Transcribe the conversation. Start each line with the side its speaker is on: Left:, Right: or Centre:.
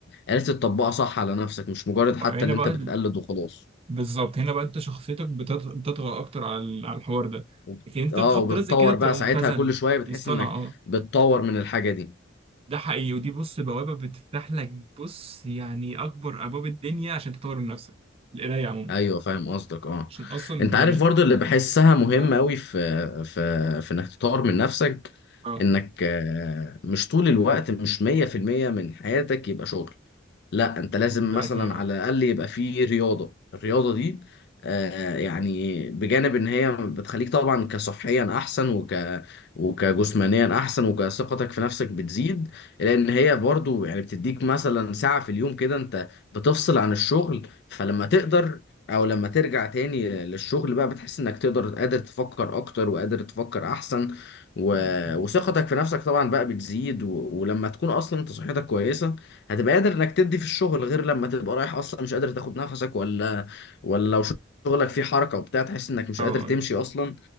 Left: عرفت تطبقها صح على نفسك مش مجرد حتى
Right: هنا
Left: اللي
Right: بقى
Left: انت بتقلد
Right: ال-
Left: وخلاص
Right: بالظبط هنا بقى انت شخصيتك بتط- بتطغى اكتر على ال- على الحوار ده
Left: وب...
Right: لكن انت
Left: اه
Right: في خبط
Left: وبتطور
Right: رزق كده بتبقى
Left: بقى ساعتها
Right: مبتذل
Left: كل شويه بتحس
Right: مصطنع
Left: انك
Right: اه
Left: بتطور من الحاجه دي
Right: ده حقيقي ودي بص بوابه بتفتح لك بص يعني اكبر ابواب الدنيا عشان تطور من نفسك القرايه عموما
Left: ايوه فاهم قصدك اه
Right: عشان اصلا
Left: انت
Right: يعني
Left: عارف برضه اللي بحسها مهم
Right: اه
Left: قوي في في في انك تطور من نفسك
Right: اه
Left: انك آه، مش طول الوقت مش 100% من حياتك يبقى شغل لا انت لازم
Right: ده
Left: مثلا
Right: اكيد اه
Left: على الاقل يبقى فيه رياضه الرياضه دي آه يعني بجانب ان هي بتخليك طبعا كصحيا احسن وك وكجسمانيا احسن وكثقتك في نفسك بتزيد لان هي برضو يعني بتديك مثلا ساعه في اليوم كده انت بتفصل عن الشغل فلما تقدر او لما ترجع تاني للشغل بقى بتحس انك تقدر قادر تفكر اكتر وقادر تفكر احسن و...
Right: أيوه.
Left: وثقتك في نفسك طبعا بقى بتزيد و... ولما تكون اصلا انت صحتك كويسه هتبقى قادر انك تدي في الشغل غير لما تبقى رايح اصلا مش قادر تاخد نفسك ولا ولا لو شغلك فيه حركة وبتاع تحس انك مش
Right: اه
Left: قادر تمشي
Right: آه، أيوه.
Left: اصلا